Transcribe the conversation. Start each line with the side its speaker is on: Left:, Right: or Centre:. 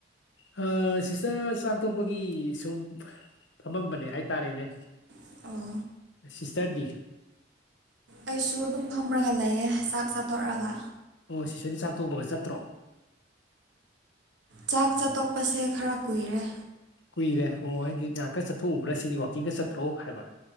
Left: ꯑ ꯁꯤꯁꯇꯔ ꯆꯥꯛ ꯇꯣꯛꯄꯒꯤ ꯁꯨꯝ ꯐꯝꯃꯝꯕꯅꯦ ꯍꯥꯏꯇꯥꯔꯦꯅꯦ
Right: ꯑꯣ
Left: ꯁꯤꯁꯇꯔꯗꯤ
Right: ꯑꯩꯁꯨ ꯑꯗꯨꯝ ꯐꯝꯔꯒ ꯂꯩꯌꯦ ꯆꯥꯛ ꯆꯥꯊꯣꯔꯛꯑꯒ
Left: ꯑꯣ ꯁꯤꯁꯇꯔꯗꯤ ꯆꯥꯀꯇꯣꯛꯄꯒ ꯆꯠꯇ꯭ꯔꯣ
Right: ꯆꯥꯛ ꯆꯥ ꯇꯣꯛꯄꯁꯦ ꯈꯔ ꯀꯨꯏꯔꯦ
Left: ꯀꯨꯏꯔꯦ ꯑꯣ ꯑꯩꯗꯤ ꯉꯥꯏꯍꯥꯛꯀ ꯆꯠꯊꯣꯛꯎꯕ꯭ꯔꯥ ꯁꯤꯗꯤ ꯋꯥꯛꯀꯤꯡꯒ ꯆꯠꯇꯔꯣ ꯍꯥꯏꯕ